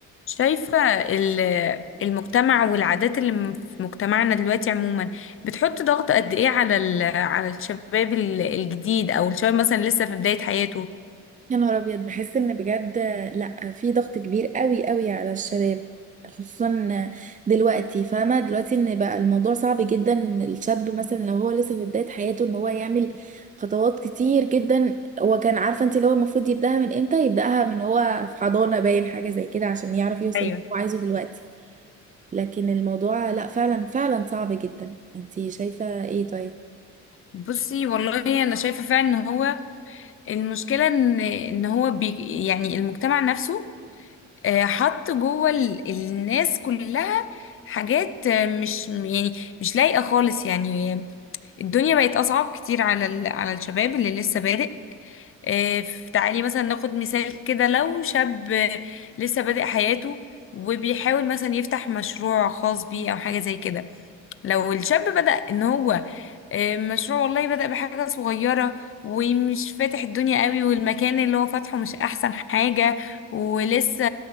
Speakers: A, on the left; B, on the right.
A: شايفة ال- المجتمع والعادات اللي م- في مجتمعنا دلوقتي عموما بتحط ضغط قد ايه على ال- على الشباب ال- الجديد او الشباب مثلا لسه في بداية حياته
B: يا نهار ابيض بحس ان بجد لا في ضغط كبير قوي قوي على الشباب خصوصا دلوقتي فاهمه دلوقتي ان بقى الموضوع صعب جدا ان الشاب مثلا لو هو لسه في بدايه حياته ان هو يعمل خطوات كتير جدا هو كان عارفه انت اللي هو المفروض يبداها من امتى يبداها من هو في حضانه باين حاجه زي كده عشان يعرف يوصل
A: ايوه
B: اللي هو عايزه دلوقتي لكن الموضوع لا فعلا فعلا صعب جدا انت شايفه ايه طيب
A: بصي والله انا شايفه فعلا ان هو المشكله ان ان هو بي يعني المجتمع نفسه آه، حط جوه ال- الناس كلها حاجات آه، مش يعني مش لايقه خالص يعني الدنيا بقت اصعب كتير على ال- على الشباب اللي لسه بادئ آه، ف- تعالي مثلا ناخد مثال كده لو شاب آه، لسه بادئ حياته وبيحاول مثلا يفتح مشروع خاص بيه او حاجة زي كده لو الشاب بدأ ان هو آه، مشروع والله بدأ بحاجة صغيرة ومش فاتح الدنيا قوي والمكان اللي هو فاتحه مش احسن حاجة ولسه